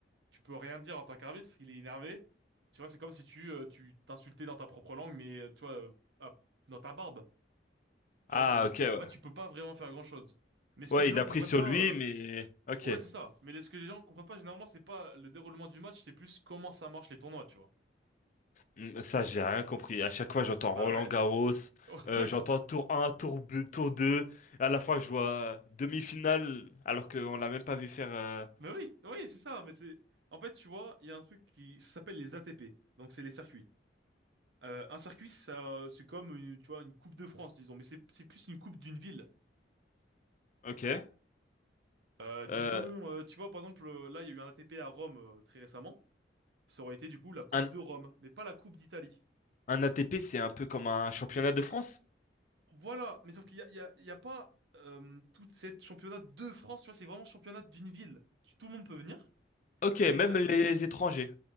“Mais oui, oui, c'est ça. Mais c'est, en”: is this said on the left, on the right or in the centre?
Right